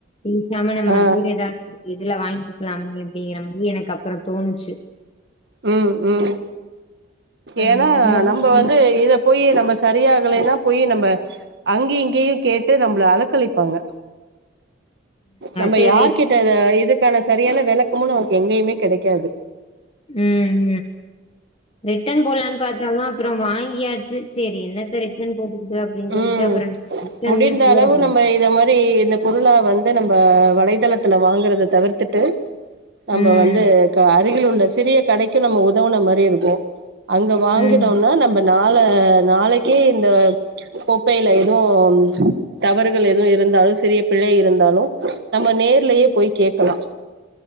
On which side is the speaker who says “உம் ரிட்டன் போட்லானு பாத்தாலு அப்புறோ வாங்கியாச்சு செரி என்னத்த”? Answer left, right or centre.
Left